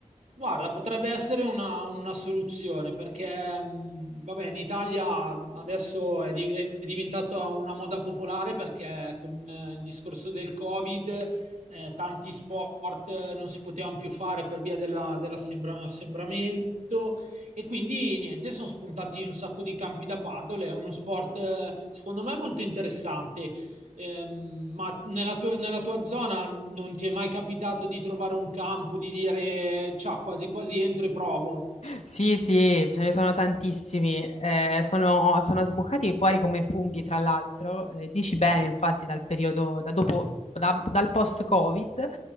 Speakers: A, on the right; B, on the left.
A: Guarda, potrebbe essere una, una soluzione perché, mh, vabbè, in Italia adesso è, di- è diventata una moda popolare perché con eh, il discorso del Covid, eh, tanti sport eh, non si potevano più fare per via della- dell'assembramento e quindi niente, sono spuntati un sacco di campi da paddle. È uno sport, eh, secondo me, molto interessante. Ehm, ma nella tua, nella tua zona non ti è mai capitato di trovare un campo, di dire, ciao, quasi quasi entro e provo?
B: Sì, sì, ce ne sono tantissimi. Eh, sono, sono sboccati fuori come funghi, tra l'altro. Eh, dici bene, infatti, dal periodo, da dopo, da- dal post-Covid.